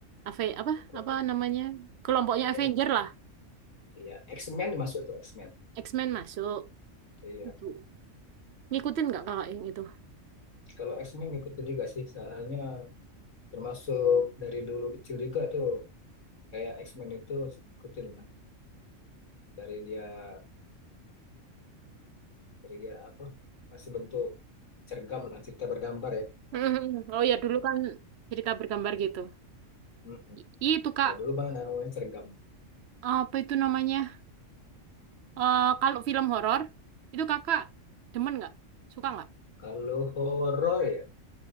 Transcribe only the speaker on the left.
bukan
Ah,
eh,
iya X-Men masuk tuh X-Men
iya
kalau X-Men ngikutin juga sih soalnya termasuk dari dulu kecil juga tuh kayak X-Men itu ikutin lah dari dia dari dia apa masih bentuk cergam lah cerita bergambar ya
Mm-mm.
kalau dulu bang namanya cergam
kalau horor ya